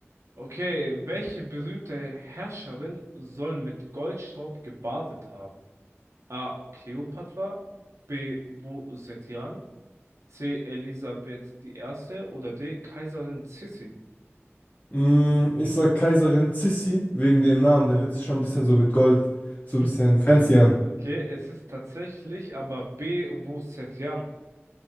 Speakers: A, on the right; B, on the left.
A: Okay, welche berühmte Herrscherin soll mit Goldstaub gebadet haben? A. Kleopatra, B. Wu Zetian, C. Elisabeth die Erste oder D. Kaiserin Sissi.
B: Mm, ich sag Kaiserin Sissi wegen dem Namen, der hört sich schon ein bisschen so mit Gold, so
A: <laughs>
B: ein bisschen fancy an.
A: Okay, es ist tatsächlich aber B. Wu Zetian.